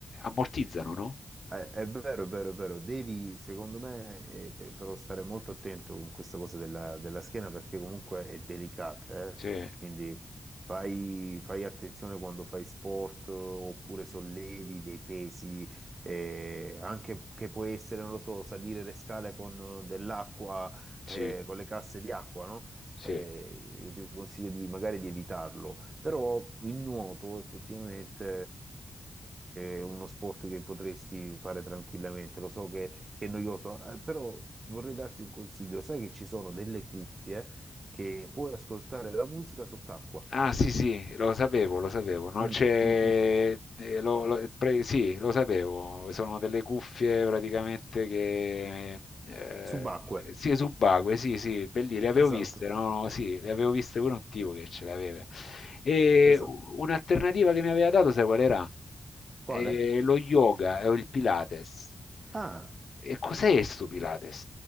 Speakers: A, on the left; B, on the right.
A: Ammortizzano, no?
B: Eh, È vero, è vero, è vero. Devi, secondo me, eh, eh, però stare molto attento con questa cosa della, della schiena perché comunque è delicata, eh.
A: Sì,
B: Quindi fai, fai attenzione quando fai sport eh, oppure sollevi dei pesi, eh, anche che può essere, non lo so, salire le scale con eh, dell'acqua, eh,
A: sì,
B: con le casse di acqua, no?
A: sì.
B: Eh, io ti consiglio di, magari di evitarlo però il nuoto effettivamente è, è uno sport che potresti fare tranquillamente, lo so che, che è noioso, eh, però vorrei darti un consiglio, sai che ci sono delle cuffie che puoi ascoltare la musica sott'acqua,
A: Ah sì sì, lo sapevo, lo sapevo, no?
B: Mm,
A: C'è,
B: mm, mm.
A: eh, lo- lo- pre- sì, lo sapevo, sono delle cuffie praticamente che, eh,
B: Subacque,
A: sì, subacquee, sì sì, belli, le avevo
B: esatto,
A: viste, no? Sì, le avevo viste pure un tipo che ce l'aveva. E
B: esatto.
A: u- un'alternativa che mi aveva dato, sai qual era?
B: Quale?
A: Eh, lo yoga eh, o il Pilates.
B: Ah.
A: E cos'è sto Pilates?